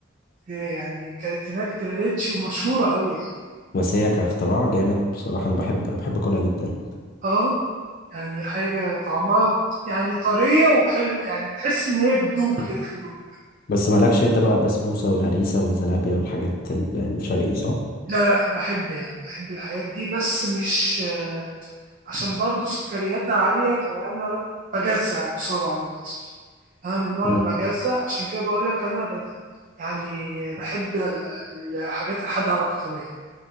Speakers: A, on the right; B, on the left.
A: يعني كانت هناك تريليتشي ومشهورة قوي يعني.
B: بس هي كاختراع جامد بصراحة أنا بحب بحب أكلها جدا
A: اه يعني حاجة طعمها يعني طرية وحلو يعني تحس ان هي بتدوب كده في البق
B: بس مالكش أنت بقى البسبوسة والهريسة والزلابية والحاجات ال- الشرقي دي صح؟
A: لا بحب يعني بحب الحاجات دي بس مش عشان برضه سكرياتها عالية فأنا بجزع بسرعة للأسف أنا من النوع اللي
B: مم.
A: بجزع عشان كده بقول لك أنا بت... يعني بحب ال- الحاجات الحادقة أكتر يعني